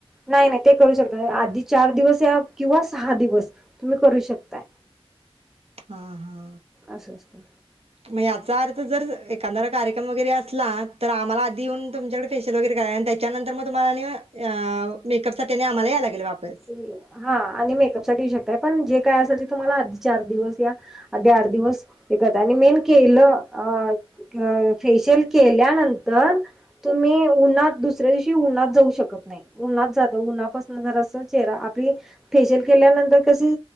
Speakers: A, in the centre; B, on the right.
A: नाही नाही ते करू शकताय, आधी चार दिवस या किंवा सहा दिवस तुम्ही करू शकताय.
B: हा हा.
A: असं असतं ‌.
B: म याचा अर्थ जर, एखाद्याचा कार्यक्रम वगैरे असला, तर आम्हाला आधी ईऊन तुमच्याकडे फेशिल वगैरे काय हाय, त्याच्यांतर मग तुम्हाला आणी अ मेकअप साठी आणि आम्हाला यायला लागेल वापस.
A: हा तरआणि मेकअप साठी येऊ शकताय, पण जे काय असेल ते तुम्हाला आधी चार दिवस या आधी आठ दिवस हे करत्यात,, आणि मेन केलं अ अ फेशियल केल्यानंतर तुम्ही उन्हात, दुसऱ्या दिवशी उन्हात जाऊ शकत नाही, उन्हात जाता उन्हापासनं जरासं चेहरा,, आपली, फेशियल केल्यानंतर कशी